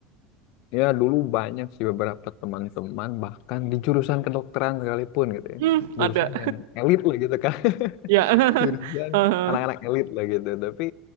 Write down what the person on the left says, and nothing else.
Ya dulu banyak sih beberapa teman-teman bahkan di jurusan kedokteran sekalipun gitu ya.
Jurusan yang elit lah gitu kan. <laughs>
jurusan
anak-anak elit lah gitu tapi